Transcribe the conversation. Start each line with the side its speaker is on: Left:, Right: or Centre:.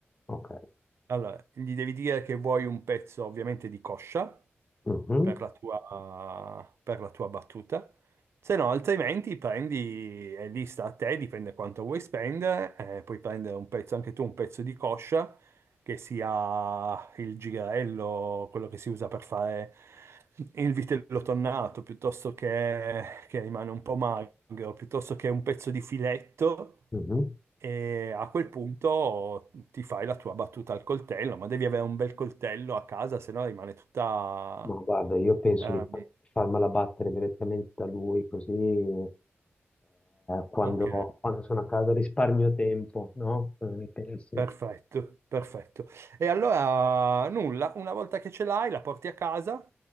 Left: ok.
Right: Allora, gli devi dire che vuoi un pezzo ovviamente di coscia,
Left: Mhm,
Right: per la tua, per la tua battuta. Se no, altrimenti prendi, è lì sta a te, dipende quanto vuoi spendere, eh, puoi prendere un pezzo, anche tu un pezzo di coscia, che sia il girello, quello che si usa per fare il vitello tonnato, piuttosto che, che rimane un po' magro, piuttosto che un pezzo di filetto,
Left: mhm.
Right: e a quel punto ti fai la tua battuta al coltello, ma devi avere un bel coltello a casa, se no rimane tutta...
Left: Ma guarda, io penso
Right: Ah,
Left: di fa- farmela battere direttamente da lui, così eh, quando,
Right: ok,
Left: quando sono a casa risparmio tempo, no? Cosa ne pensi?
Right: perfetto, perfetto. E allora nulla, una volta che ce l'hai la porti a casa